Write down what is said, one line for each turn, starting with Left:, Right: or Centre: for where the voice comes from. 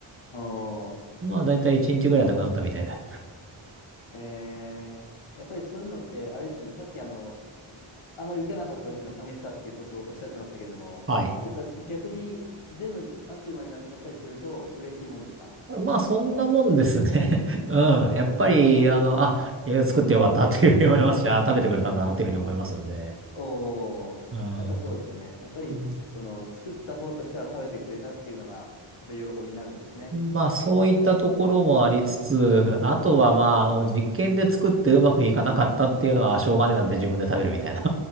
Left: お
Right: <laughs>
Left: ー、
Right: まあ、だいたい1日ぐらいなくなったみたいで。
Left: へえ。やっぱりそういうのって、あれですよね。さっき、あの、あまり受けなかった時の寂しさっていうことをおっしゃってましたけども、
Right: はい。
Left: やっぱ逆に全部あっという間になくなったりすると嬉しいもんですか
Right: まあ、そんなもんですね。<laughs> うん。
Left: ああー、
Right: やっぱり、あの、あ、いや作ってよかったっていうふうに思いますした。食べてくれたんだなっていうふうに思いますんで。
Left: おお、
Right: うん。
Left: やっぱそうですよね。やっぱり、
Right: うん
Left: その、作った方としては食べてくれたっていうのが、やっぱり喜びになるんですね。
Right: まあ、そういったところもありつつ、あとはまあ、
Left: はい。
Right: あの、実験で作ってうまくいかなかったっていうのは、あしょうがねえなって自分で食べるみたいな